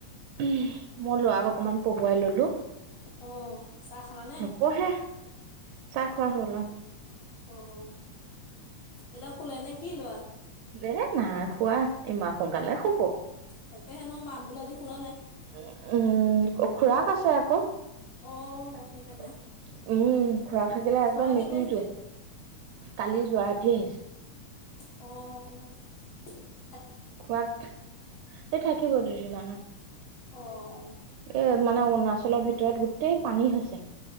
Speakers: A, on the right; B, on the left.
A: উম্ মোৰ লৰাক অকমান পঢ়োৱাই ললো।
B: অ'। চাহ খালানে?
A: নপঢ়ে, চাহ খোৱা হ'ল অঁ।
B: অ' এতিয়া শুলে নে কি লৰা?
A: এই নাই শুৱা এইমান সোনকালে শুব।
B: তাকে হে নো মাত বোল আজি শুনা নাই?
A: উ উম খুৰাক আছে আক'। উম
B: অ সেইকাৰণে
A: খুৰাক থাকিলে একদম
B: খুৰা কেতিয়া
A: মেকুৰীটো।
B: আহিলে?
A: কালি যোৱা ৰাতি আহিছে।
B: অ'হ।
A: খুৰাক এই থাকিব দুদিনমান অঁ।
B: অ'।
A: এ মানে অৰুণাচলৰ ভিতৰত গোটেই পানী হৈছে।